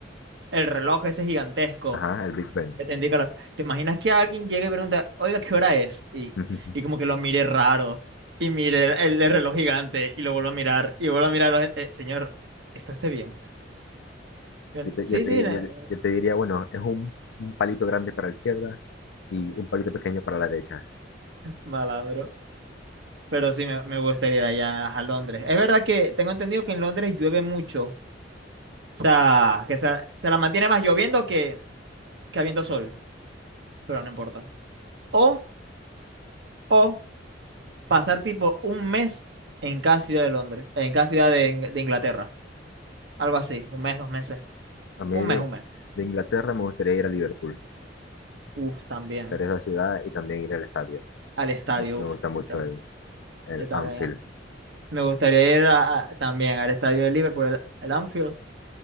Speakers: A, on the right; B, on the left.
A: el reloj ese gigantesco.
B: Ajá, el Big Ben.
A: Ya te indica claro. ¿Te imaginas que alguien llegue y pregunta, oiga, ¿qué hora es? Y,
B: <laughs>
A: y como que lo mire raro, y mire el, el- el reloj gigante, y lo vuelvo a mirar, y vuelvo a mirar, a "Eh, señor, ¿está usted bien? Bien,
B: Yo te,
A: Sí,
B: yo te-
A: sí, eh,
B: yo- te- yo te diría, bueno, es un, un palito grande para la izquierda y un palito pequeño para la derecha.
A: malandro. Pero sí, me, me gustaría ir allá a Londres. Es verdad que tengo entendido que en Londres llueve mucho. O sea, que se, se la mantiene más lloviendo que, que habiendo sol, pero no importa. O, o pasar tipo un mes en cada ciudad de Londres, en cada ciudad de, Ing- de Inglaterra. Algo así, un mes, dos meses.
B: A mí
A: Un mes,
B: de,
A: un mes.
B: de Inglaterra me gustaría ir a Liverpool,
A: Uf, también.
B: pero esa ciudad y también ir al estadio.
A: Al estadio,
B: Me, me
A: uf,
B: gusta mucho
A: yo también.
B: el, el
A: Yo también.
B: Anfield,
A: Me gustaría ir a- a- también al estadio de Liverpool, el, el Anfield,